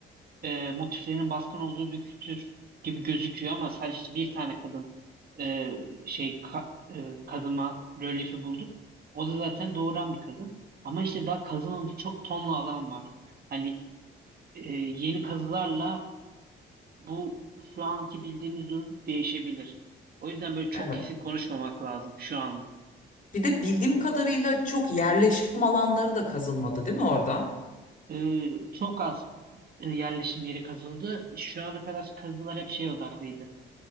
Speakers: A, on the right; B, on the left.
A: e, motiflerinin baskın olduğu bir kültür gibi gözüküyor ama sadece bir tane kadın e, şey ka- e, kazıma rölyefi bulduk. O da zaten doğuran bir kadın. Ama işte daha kazılmamış çok tonla alan var. Hani e, yeni kazılarla bu şu anki bildiğimiz durum değişebilir. O yüzden böyle çok
B: Evet.
A: kesin konuşmamak lazım şu an.
B: Bir de bildiğim kadarıyla çok yerleşim alanları da kazılmadı değil mi orada?
A: E, çok az e, yerleşim yeri kazıldı. Şu ana kadar kazılar hep şey odaklıydı.